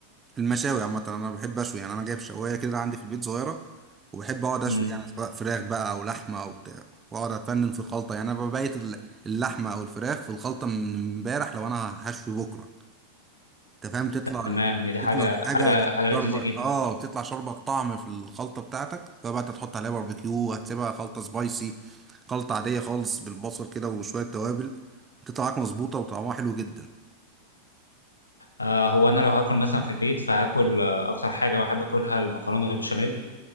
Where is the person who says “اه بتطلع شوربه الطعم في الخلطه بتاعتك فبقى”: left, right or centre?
Right